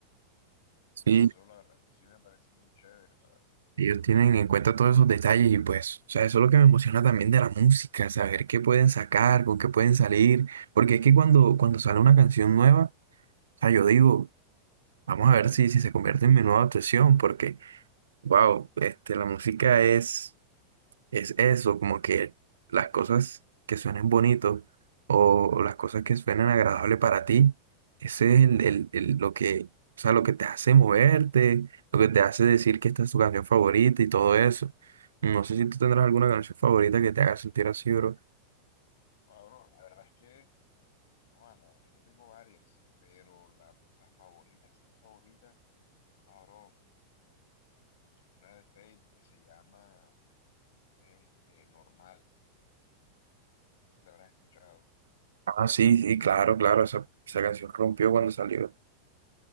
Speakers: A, on the right (about 65°); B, on the left (about 55°).
A: Sí,
B: Y eso la verdad es que sí me parece muy chévere. La,
A: Ellos tienen en cuenta todos esos detalles y pues, o sea, eso es lo que me emociona también de la música, saber qué pueden sacar, con qué pueden salir, porque es que cuando, cuando sale una canción nueva, o sea, yo digo, vamos a ver si, si se convierte en mi nueva obsesión, porque, wow, este, la música es... Es eso, como que las cosas que suenen bonitos o las cosas que suenen agradables para ti, ese es el, el- el- lo que, o sea, lo que te hace moverte, lo que te hace decir que esta es tu canción favorita y todo eso. No sé si tú tendrás alguna canción favorita que te haga sentir así, bro.
B: Ah, bro, la verdad es que, ah, la verdad es que tengo varias, pero la, la favorita, sí, favorita, ah, bro, una de Fate que se llama este, Normal. No sé si la habrás escuchado.
A: Ah, sí, sí, claro, claro, esa, esa canción rompió cuando salió.